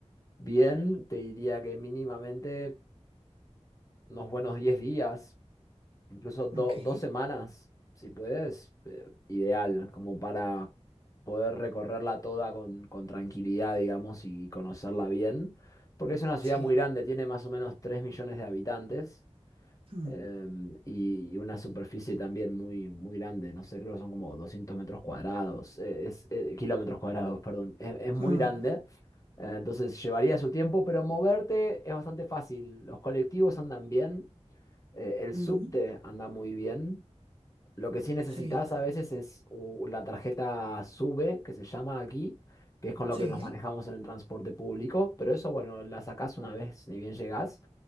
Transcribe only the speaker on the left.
bien, te diría que mínimamente unos buenos 10 días. incluso do-
dos semanas, si puedes, eh, ideal, como para poder recorrerla toda con, con tranquilidad, digamos, y, conocerla bien, porque es una ciudad
muy grande, tiene más o menos 3 millones de habitantes.
em, y, y una superficie también muy, muy grande, no sé, creo que son como 200 metros cuadrados, eh, es, eh, kilómetros cuadrados, perdón, es, es muy
grande, eh, entonces llevaría su tiempo, pero moverte es bastante fácil, los colectivos andan bien, eh, el
subte anda muy bien. Lo que sí necesitas
a veces es u- la tarjeta SUBE, que se llama aquí, que es con lo
que nos manejamos en el transporte público. Pero eso, bueno, la sacás una vez ni bien llegás